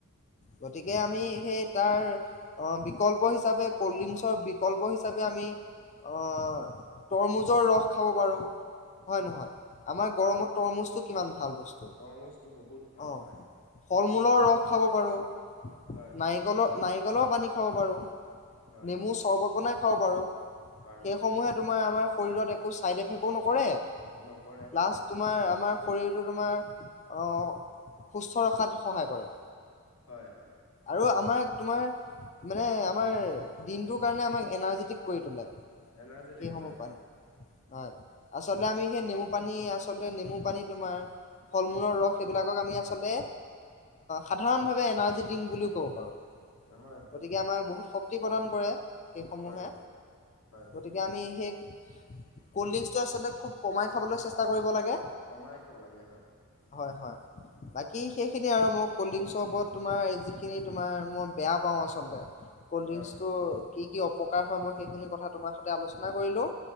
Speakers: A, on the left (about 30°); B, on the left (about 75°).
A: গতিকে আমি সেই তাৰ অ বিকল্প হিচাপে কল্ড ড্ৰিংকছৰ বিকল্প হিচাপে আমি অ তৰমুজৰ ৰস খাব পাৰোঁ হয় নহয় আমাৰ
B: হয়
A: গৰমত তৰমুজটো কিমান ভাল বস্তু
B: তৰমুজটো বহুত ভাল
A: অঁ
B: হয়
A: ফল মূলৰ ৰস খাব পাৰোঁ
B: হয়
A: নাৰিকলৰ নাৰিকলৰ পানী খাব পাৰো
B: হয়
A: নেমু
B: হয়
A: চৰবত বনাই খাব পাৰো
B: পাৰো
A: সেই
B: পাৰো
A: সমূহে তোমাৰ আমাৰ। শৰীৰত একো চাইড এফেকো নক কৰে
B: নকৰে
A: প্লাছ
B: হয়
A: তোমাৰ আমাৰ শৰীৰটো তোমাৰ অ সুস্থ ৰখাত সহায় কৰে।
B: হয় হয়।
A: আৰু আমাক তোমাৰ মানে আমাৰ দিনটোৰ কাৰণে আমাক এনাৰ্জেটিক কৰি তোলে।
B: এনাৰ্জেটিক
A: সেইসমূহ
B: কৰে
A: পানী
B: হয়।
A: হয় আচলতে আমি সেই নেমু পানী আচলতে নেমু পানী তোমাৰ ফল মূলৰ ৰস সেইবিলাকক আমি আচলতে সাধাৰণভাৱে এনাৰ্জি ড্ৰিংক বুলিও ক'ব পাৰো।
B: হয় হয়
A: গতিকে আমাৰ বহুত শ ক্তি প্ৰদান কৰে সেইসমূহে।
B: কৰে কৰে হয়
A: গতিকে আমি সেই কল্ড্ৰিংকচটো আচলতে খুব কমাই খাবলৈ চেষ্টা কৰিব লাগে।
B: কমাই খাব লাগে হয়।
A: হয় হয় বাকী সেইখিনি আৰু মোক কল্ড্ৰিংকৰ ওপৰত তোমাৰ যিখিনি তোমাৰ মই বেয়া পাওঁ আচলতে। কল্ড্ৰিংকটো
B: হয় হয়
A: কি কি অ পকাৰ হয় মই সেইখিনি কথা তোমাৰ সতে আলোচনা কৰিলোঁ।